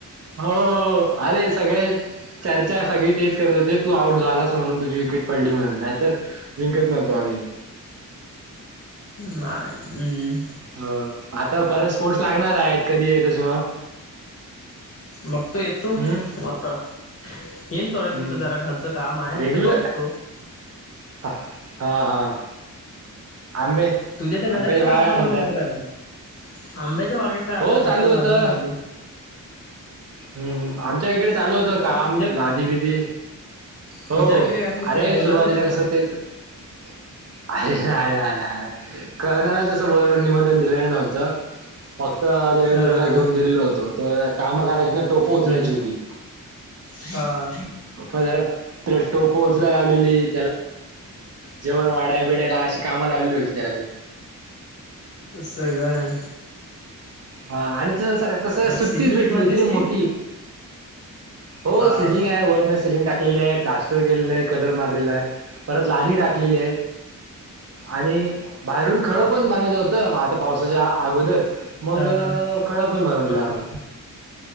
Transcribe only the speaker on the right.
हो हो अरे सगळे चर्चा सगळी तेच करत होते तू आऊट झालास म्हणून. तुझी विकेट पडली म्हणून नाहीतर जिंकत नव्हतो आम्ही
हं आता परत स्पोर्ट्स लागणार आहेत कधी येतोस मग?
हम्म
हम्म
रेग्युलर
हा हा आंबे आंब्याच्या
बागा
काय म्हणतात
हो
चालू
होतं
हम्म आमच्या इकडे चालू होतं काम
लादी बिदी. हो
अरे
सुरवातीला
कस तेच अरे नाय नाय नाय कोणाला तसं बोल निमंत्रण दिलेलं नव्हतं. फक्त देवेंद्रला
घेऊन गेलेलो होतो कामं करायची ना टोप उचलायची
होती.
प जरा तेला टोप उचलाय लावलेली त्याला. जेवण वाढाय बिडायला अशी काम लावली होती त्याला मी.
हा आणि <unintelligible> त-तस सुट्टीच
भेटली
होती रे
मोठी. हो
सिलिंग आहे वरन सिलिंग टाकलेली आहे प्ला स्टर केलेला आहे कलर मारलेला आहे, परत लादी टाकलेली आहे. आणि, बाहेरून खळं
पण भरायचं होतं आता पावसाच्या अगोदर. मग
खळं पण भरावी लागेल.